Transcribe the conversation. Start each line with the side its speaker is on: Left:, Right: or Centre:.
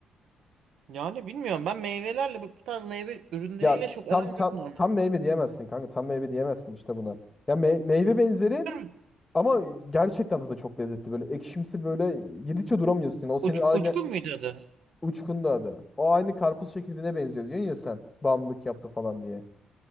Right: Yani bilmiyorum ben meyvelerle bu tarz meyve ürünleriyle
Left: Ya
Right: çok
Left: tam
Right: aram
Left: tam,
Right: yok normalde.
Left: tam meyve diyemezsin kanka. Tam meyve diyemezsin işte buna. Ya me- meyve benzeri
Right: Dur,
Left: ama gerçekten tadı çok lezzetli. Böyle ekşimsi böyle yedikçe duramıyorsun. O senin
Right: uç,
Left: aynı
Right: uçkun muydu adı?
Left: uçkunda adı. O aynı karpuz çekirdeğine benziyor diyorsun ya sen. Bağımlılık yaptı falan diye.